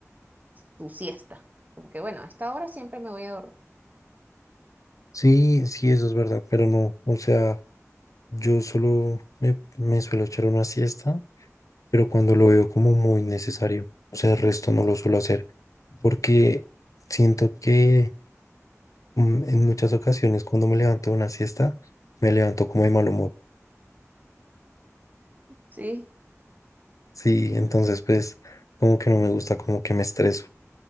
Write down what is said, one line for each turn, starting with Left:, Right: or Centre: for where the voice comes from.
Right: su siesta. Como que, bueno, a esta hora siempre me voy a dormir,
Left: Sí, sí, eso es verdad, pero no. O sea, yo solo me, me suelo echar una siesta, pero cuando lo veo como muy necesario. O sea, el resto no lo suelo hacer, porque siento que mm, en muchas ocasiones cuando me levanto de una siesta, me levanto como de mal humor.
Right: ¿sí?
Left: Sí,
Right: Mm,
Left: entonces pues como que no me gusta, como que me estreso.